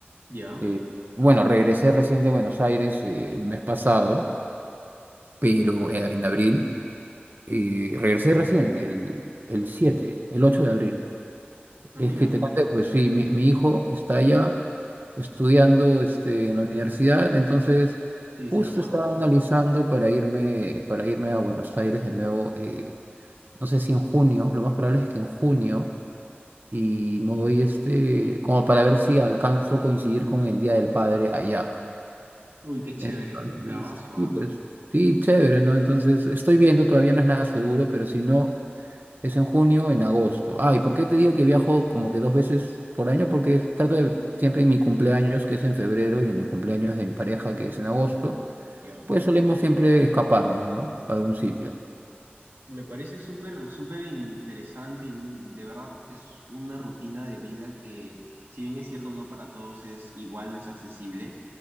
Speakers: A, on the right (about 75°); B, on the right (about 50°).
A: ¿Ya?
B: Eh, bueno, regresé recién de Buenos Aires eh, el mes pasado, pero eh, en abril. eh, regresé recién, en el, el 7, el 8 de abril.
A: Ah,
B: Es
A: mira,
B: que te conté, pues sí, mi, mi hijo está allá estudiando este, en la universidad, entonces
A: sí,
B: justo
A: sí me acuerdo.
B: estaba analizando para irme, para irme a Buenos Aires de nuevo, eh, no sé si en junio, lo más probable es que en junio, y me voy este, como para ver si alcanzo a coincidir con el Día del Padre allá.
A: Uy, qué chévere,
B: Entonces,
A: bravazo,
B: sí,
A: ¿ah?
B: pues, sí, chévere, ¿no? Entonces, estoy viendo, todavía no es nada seguro, pero si no, es en junio, o en agosto. Ah, ¿y por qué te digo que viajo como que dos veces por año? Porque es- trato de, siempre en mi cumpleaños, que es en febrero, y en el cumpleaños de mi pareja, que es en agosto,
A: ¿Ya?
B: pues solemos siempre escaparnos, ¿no? A algún sitio.
A: Me parece súper, súper interesante y mu- de verdad es una rutina de vida que, si bien es cierto, no para todos es igual, no es accesible,